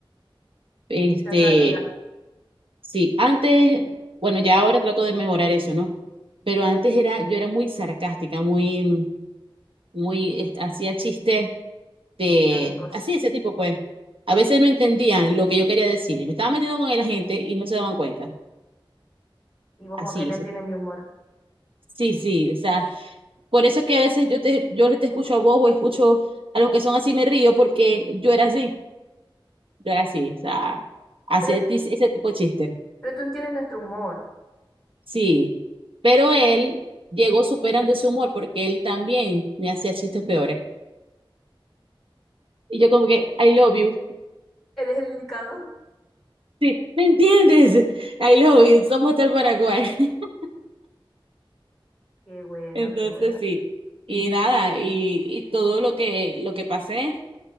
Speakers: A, on the right; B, in the centre.
A: Este,
B: Salsa la dura.
A: sí, antes, bueno, ya ahora trato de mejorar eso, ¿no? Pero antes era, yo era muy sarcástica, muy, muy, este, hacía chistes de,
B: Irónicos.
A: así ese tipo, pues. A veces no entendían lo que yo quería decir y me estaba metiendo con la gente y no se daban cuenta.
B: Y vos
A: Así,
B: como que no
A: sí,
B: entiendes mi humor.
A: sí, sí, o sea, por eso es que a veces yo te, yo te escucho a vos o escucho a los que son así me río porque yo era así. Yo era así, o sea, hacía
B: Pero,
A: tis- ese tipo de chistes.
B: pero tú entiendes nuestro humor.
A: Sí, pero él llegó superando ese humor porque él también me hacía chistes peores. Y yo como que, I love you.
B: eres el indicado.
A: Sí, ¿me entiendes? I love you, somos del Paraguay. <laughs>
B: Qué bueno,
A: Entonces
B: qué bueno.
A: sí, y nada, y, y todo lo que, lo que pasé